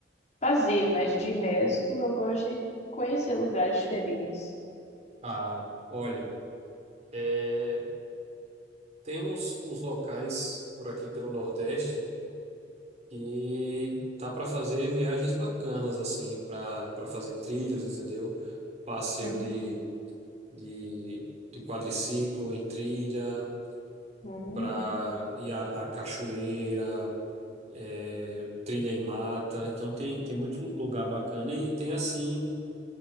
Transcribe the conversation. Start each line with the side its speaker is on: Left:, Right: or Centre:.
Left: fazer, mas de resto eu gosto de conhecer lugares diferentes.
Right: Ah, olha, é, temos uns locais por aqui pelo Nordeste E tá para fazer viagens bacanas, assim, para para fazer trilhas, entendeu? Passeio
Left: Uhum.
Right: de, de, de quadriciclo em trilha,
Left: Hum.
Right: para ir à, à cachoeira, é, trilha em mata. Então tem, tem muito lugar bacana e, tem, assim,